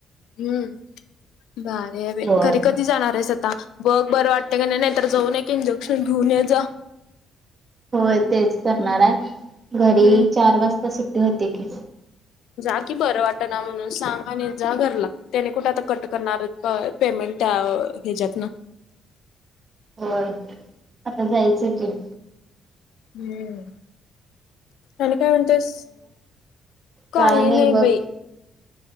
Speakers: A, on the left; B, on the right.
A: हम्म भारी आहे
B: होय
A: घरीखरी जाणार आहेस आता बघ बरं वाटते का नाही नाहीतर जाऊन एक इंजेक्शन घेऊन ये जा
B: होय तेच करणारय
A: हम्म
B: घरी चार वाजता सुट्टी होते की
A: जा कि बरं वाट ना म्हणून सांग आणि जा घरला त्याने कुठे आता कट करणार पेमेंट त्या ह्याच्यात ना
B: होय आता जायचं की
A: हम्म आणि काय म्हणतेस काही
B: काय
A: नाही
B: बघ
A: बाई